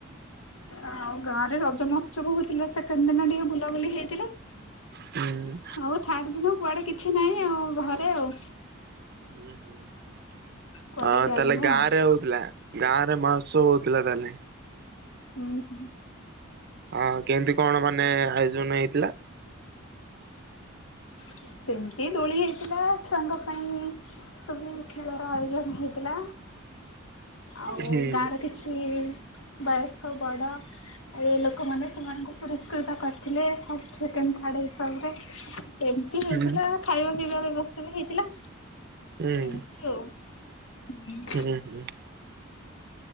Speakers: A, on the left; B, on the right.
A: ଆଉ ଗାଁରେ ରଜ ମହୋତ୍ସବ ହଉଥିଲା, ସେକେଣ୍ଡ ଦିନ ଟିକେ ବୁଲାବୁଲି ହେଇଥିଲା।
B: ହୁଁ।
A: ଆଉ ଥାର୍ଡ ଦିନ, କୁଆଡେ କିଛି ନାହିଁ ଆଉ ଘରେ ଆଉ।
B: ହୁଁ- ହୁଁ-
A: କୁଆଡେ
B: ହଁ
A: ଯାଇନୁ
B: ତାହେଲେ ଗାଁରେ
A: ଆଉ।
B: ହଉ ଥିଲା ଗାଁରେ ମହୋତ୍ସବ ହଉଥିଲା ତାହେଲେ।
A: ହୁଁ- ହୁଁ।
B: ହଁ କେମିତି କଣ ମାନେ ଆୟୋଜନ ହେଇଥିଲା?
A: ସେମିତି ଦୋଳି ହେଇଥିଲା ଛୁଆଙ୍କ ସାଙ୍ଗେ ସବୁ ଖେଳର ଆୟୋଜନ ହେଇଥିଲା, ଆଉ
B: ହୁଁ
A: ଗାଁରେ କି ଛି ବୟସ୍କ ବଡ଼ ଏ ଲୋକମାନେ ସେମାନଙ୍କୁ ପୁରସ୍କୃତ କରିଥିଲେ ଫାଷ୍ଟ, ସେକେଣ୍ଡ, ଥାର୍ଡ଼ ହିସାବରେ ଏମିତି ହେଇଥିଲା।
B: ହୁଁ
A: ଖାଇବା ପିଇବା ବ୍ୟବସ୍ଥା ବି ହେଇଥିଲା,
B: ହୁଁ
A: ଏମିତି ଆଉ ହୁଁ।
B: <unintelligible>